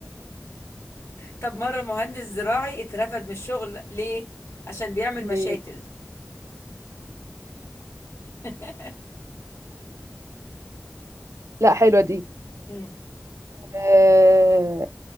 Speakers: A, on the left (about 75°); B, on the right (about 85°).
A: طب مرة مهندس زراعي اترفد من الشغل ليه؟ عشان بيعمل
B: ليه
A: مشاتل <laughs>
B: لا حلوه دي
A: مم.
B: آه،